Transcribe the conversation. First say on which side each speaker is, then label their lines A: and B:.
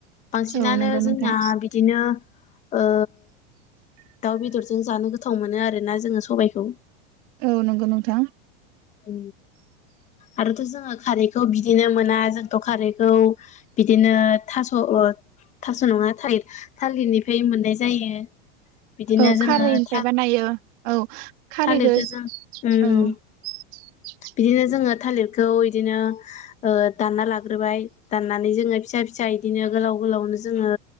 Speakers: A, on the left (about 25°); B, on the right (about 50°).
A: बांसिनानो
B: औ नंगौ नोंथां
A: जोंना बिदिनो ओ दाउ बेदरजों जानो गोथाव मोनो आरोना जोङो सबायखौ
B: औ नंगौ नोंथां
A: खौ आरोथ' जोङो खारैखौ बिदिनो मोना जोंथ' खारैखौ बिदिनो थास' थास' नङा थालि थालिरनिफ्राय मोननाय जायो बिदिनो
B: औ
A: जोङो
B: खारैनिफ्राय
A: था
B: बानायो औ खारैखौ
A: थालिरखौ जों उम
B: औ
A: उम
B: <inaudible>
A: बिदिनो जोङो थालिरखौ बिदिनो ओ दानना लाग्रोबाय दाननानै जोङो फिसा फिसा बिदिनो गोलाव गोलावनो जोङो